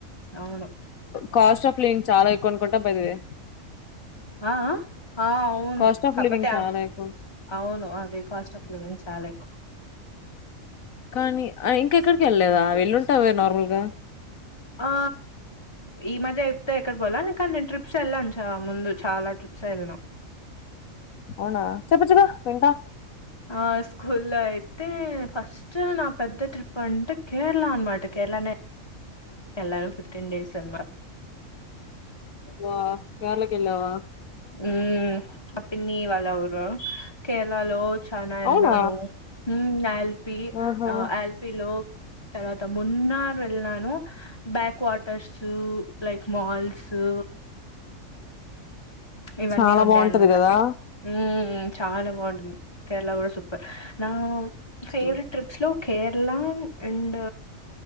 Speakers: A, on the left; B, on the left.
A: అవును
B: కాస్ట్ ఆఫ్ లివింగ్ చాలా ఎక్వ అనుకుంటా పేదవే
A: ఆ ఆ అవును
B: కాస్ట్ ఆఫ్
A: కపత
B: లివింగ్ చాలా ఎక్కువ
A: అవును అదే కాస్ట్ ఆఫ్ లివింగ్స చాలా ఎక్కు
B: కానీ ఆ ఇంకెక్కడికి ఎల్లేదా వెళ్ళుంటావే నార్మల్ గా
A: ఆ ఈ మధ్య ఎప్తేతే ఎక్కడి పోల కానీ నేను ట్రిప్స్ ఎళ్ళాను చ ముందు చాలా ట్రిప్స్ ఎళ్ళాం రేఖ
B: అవునా చెప్పుచెప్పు వింటా
A: ఆ స్కూల్లో అయితే ఫస్ట్ స్టు నా పెద్ద ట్రిప్ అంటే కేరళ ఆన్మాట కేర్ళ నే ఎల్లరం ఫిఫ్టెండేస్ అన్మా
B: వ కేర్ళ కెళ్ళావా
A: ఉమ్ మా పిన్ని వాళ్ళ ఊరు కేర్ళ లో చానా ఎల్నాను
B: అవునా
A: హు అఎల్పీ
B: ఆహా
A: ఆ ఆయిల్ప్ వీలో తర్వాత మన్నర్ వెళ్ళిను బ్యాక్ వాటర్సు లైక్ మాల్సు ఇవన్నీ
B: చాలా
A: ఉండయన్మాట
B: బాగుంటది కదా
A: ఉమ్ చాలా బావుంటుంది కేర్ళ గూడా సుప్పెర్ ఊ ఫేవరెట్
B: సో
A: ట్రిప్స్ లు కేర్ళ అండ్